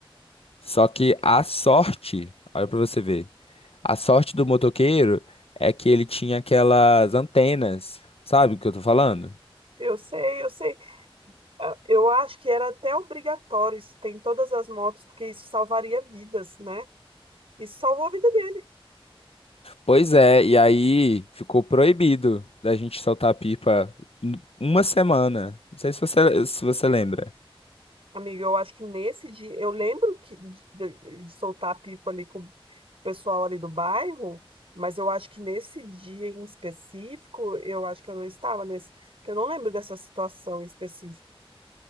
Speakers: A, on the left; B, on the right.
A: Só que a sorte, olha pra você ver. A sorte do motoqueiro é que ele tinha aquelas antenas, sabe o que eu tô falando?
B: Eu sei, eu sei. Ah, Eu acho que era até obrigatório isso ter em todas as motos, porque isso salvaria vidas, né? Isso salvou a vida dele.
A: Pois é, e aí ficou proibido da gente soltar pipa n- uma semana. Não sei se você, se você lembra.
B: Amiga, eu acho que nesse dia, eu lembro que de, de- de soltar a pipa ali com o pessoal ali do bairro, mas eu acho que nesse dia em específico, eu acho que eu não estava nesse, que eu não lembro dessa situação específica.